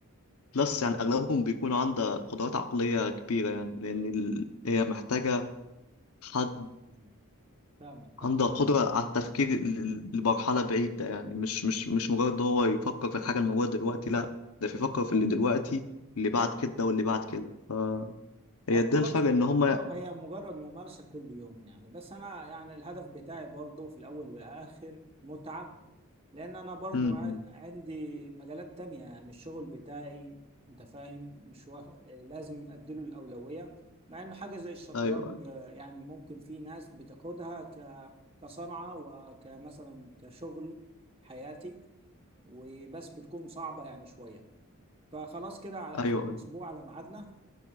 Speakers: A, on the left; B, on the right.
A: بلس يعني أغلبهم بيكون عنده قدرات عقلية كبيرة يعني لأن ال- هي محتاجة حد
B: فاهمك فاهمك
A: عنده قدرة على التفكير ل- لمرحلة بعيدة يعني مش مش مش مجرد هو يفكر في الحاجة الموجودة دلوقتي لا ده بيفكر في اللي دلوقتي اللي بعد كده واللي بعد كده فهي
B: طب
A: ده
B: خلاص
A: الفرق
B: كده
A: إن هما
B: هي هي مجرد ممارسة كل يوم يعني بس أنا يعني الهدف بتاعي برضو في الأول والآخر متعة لأن أنا برضو
A: م-
B: ع-
A: م.
B: عندي مجالات تانية يعني الشغل بتاعي أنت فاهم مش واخ... لازم أديله الأولوية مع إنه حاجة زي الشطرنج
A: أيوه
B: آه، يعني ممكن في ناس بتاخدها ك... كصنعة وكمثلا كشغل حياتي وبس بتكون صعبة يعني شوية فخلاص كده على آخر
A: أيوه
B: الأسبوع
A: أيوه.
B: على ميعادنا